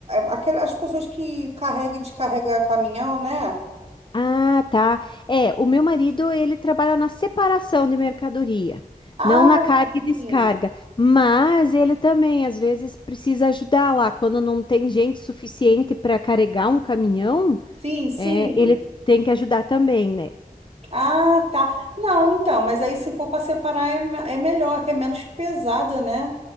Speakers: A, on the right (about 45°); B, on the left (about 35°).
A: aquele- as pessoas que carregam e descarregam caminhão, né?
B: Ah, tá. É, o meu marido, ele trabalha na separação de mercadoria,
A: Ah,
B: não na carga e
A: sim.
B: descarga, mas ele também às vezes precisa ajudar lá quando não tem gente suficiente para carregar um caminhão,
A: Sim, sim.
B: é, ele tem que ajudar também, né?
A: Ah, tá. Não, então, mas aí se for para separar é, me- é melhor, que é menos pesada, né?